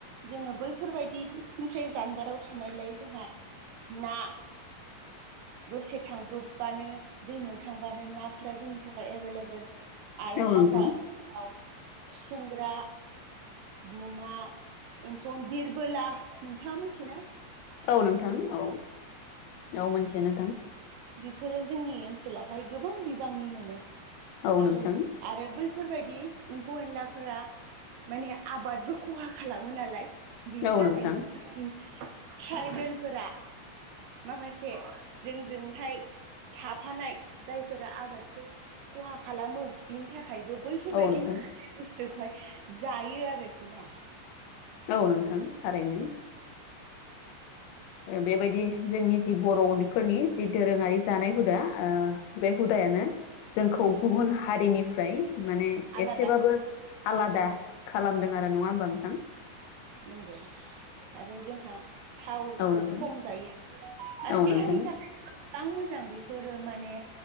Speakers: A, on the right; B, on the left.
A: जोङो बैफोरबायदिनिफ्राय जानगाराव थानायलाय जोंहा ना दसे थांब्र'बबानो दैमायाव थांबानो नाफोरा जोंनि थाखाय एभेलेबल आरो
B: औ नोंथां
A: हाग्रा याव खुसेंग्रा गुमा एमफौ बिरबोला नोंथाङा मिथियो ना
B: औ नोंथां औ औ मोनथियो नोंथां
A: बिफोरो जोंनि ओनसोलावहाय गोबां बिबांनि मोनो
B: औ नोंथां
A: आरो आरो बैफोरबायदि एमफौ एनलाफोरा माने आबादबो खहा खालामो नालाय बिनि
B: औ
A: थाखायनो
B: नोंथां
A: ट्राइबेलफोरा माखासे जोंजों थाफानाय जायफोरा आबादखौ खहा खालामो बिनि थाखायबो बैफोरबायदि
B: औ नोंथां
A: माखासे बुस्थुखौहाय जायो आरोखि ना
B: औ नोंथां थारैनो
A: <unintelligible>
B: बेबायदि जोंनि जि बर'फोरनि जि दोरोङारि जानाय हुदा ओ बे हुदायानो जोंखौ गुबुन हारिनिफ्राय माने
A: आलादा
B: एसेबाबो आलादा खालामदों आरो नङा होमबा नोंथां
A: नंगौ आरो जोंहा थावखौ
B: औ नोंथां ओ औ नोंथां
A: खम जायो आरो
B: औ
A: देहानि
B: नोंथां
A: थाखाय गोबां मोजां बेफोरो माने